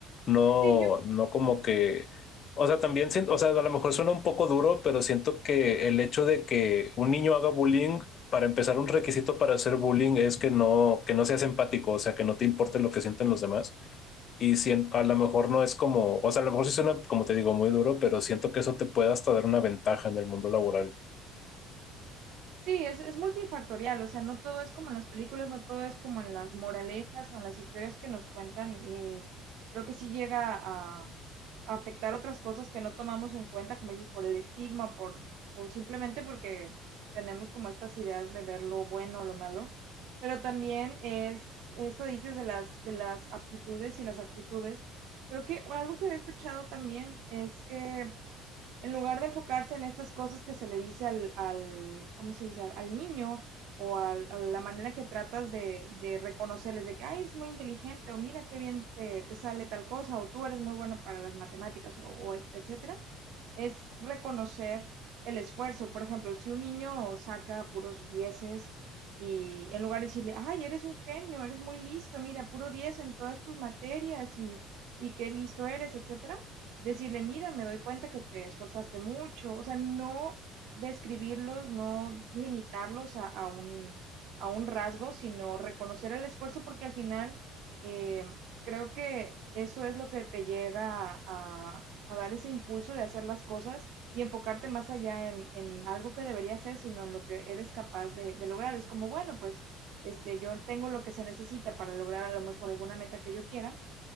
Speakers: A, on the left; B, on the right.
A: No,
B: Sí, yo,
A: no como que, o sea, también, siento- o sea, a lo mejor suena un poco duro, pero siento que el hecho de que un niño haga bullying, para empezar, un requisito para hacer bullying es que no, que no seas empático, o sea, que no te importe lo que sienten los demás. Y sien- a lo mejor no es como, o sea, a lo mejor sí suena, como te digo, muy duro, pero siento que eso te puede hasta dar una ventaja en el mundo laboral.
B: sí, es, es multifactorial, o sea, no todo es como en las películas, no todo es como en las moralejas o en las historias que nos cuentan. eh, creo que sí llega a, a afectar otras cosas que no tomamos en cuenta, como dices, por el estigma, por, o simplemente porque tenemos como estas ideas de ver lo bueno o lo malo. Pero también es, esto dices de las, de las aptitudes y las actitudes. Creo que algo que he escuchado también es que en lugar de enfocarse en estas cosas que se le dice al, al ¿cómo se dice? Al, al niño o al- a la manera que tratas de, de reconocerles de que, ay, es muy inteligente o mira qué bien te, te sale tal cosa o tú eres muy bueno para las matemáticas o, o et- etcétera, es reconocer el esfuerzo. Por ejemplo, si un niño saca puros dieces y en lugar de decirle, ay, eres un genio, eres muy listo, mira, puro diez en todas tus materias y, y qué listo eres, etcétera, decirle, mira, me doy cuenta que te esforzaste mucho, o sea, no describirlos, no limitarlos a, a un, a un rasgo, sino reconocer el esfuerzo porque al final eh, creo que eso es lo que te llega a, a- a dar ese impulso de hacer las cosas y enfocarte más allá en, en algo que debería hacer sino en lo que eres capaz de, de lograr. Es como, bueno, pues este, yo tengo lo que se necesita para lograr a lo mejor alguna meta que yo quiera